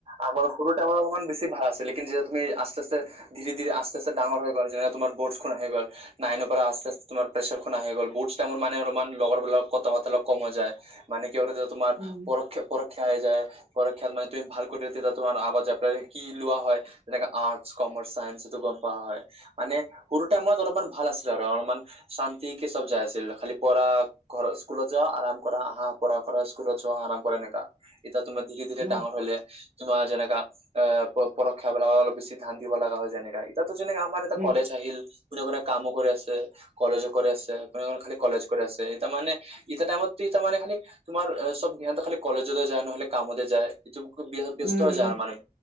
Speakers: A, on the right (about 45°); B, on the right (about 75°).
A: আগৰ সৰুতে আমাৰ অকমান বেছি ভাৰ আছিলে কিন যে তুমি আস্তে আস্তে ধীৰে ধীৰে আস্তে আস্তে ডাঙৰ হৈ‌ গল যেনে তোমাৰ বৌটচখন আহি গল নাইনৰ পৰা আস্তে আস্তে তোমাৰ প্ৰেচাৰখন‌ আহি গল বৌটচ টাইমৰ মানে অলমান লগৰ বোলক কতা পতা অলপ কম হৈ যায় মানে কি হয় ৰ তোমাৰ
B: উম
A: পৰৈক্ষা পৰৈক্ষা আহি যায়। <unintelligible> খেল মানে তু ভাল কৰিত তোমাৰ আগৰ চেপ্তাৰটো কি লোৱা হয় যেনেকে আৰ্টছ কমাৰ্চ চায়ন্স সেইটো গম পা। হয় মানে সৰু টাইমত অলপমান ভাল আছিল আৰু অলমান শান্তিকে চব যাই আছিল খালি পঢ়া ঘৰ স্কুলত যোৱা আৰাম কৰা আহা পঢ়া কৰা স্কুলত যোৱা আৰাম কৰে এনেকা এতিয়া তোমাৰ ধীৰে ধী
B: উম
A: ডাঙৰ হলে তোমাৰ যেনেকা এ পৰীক্ষা বিলাক অলপ বেছি ধান দিব লগা হয় যেনেকা ইতাত যেনেকে আমাৰ এটা
B: উম
A: কলেজ আহিল কোনে কোনে কামো কৰি আছে, কলেজো কৰে আছে কোনে কোনে খালি কলেজ কৰি আছে ইতামানে ইতা টাইমতি টামানে খালি তোমাৰ সব ধ্যানত খালি কলেজলৈ যায় নহলে কামলে যায়। ইটো বুকো ব্য ব্যস্ত
B: উম
A: হৈ যা মানুহে।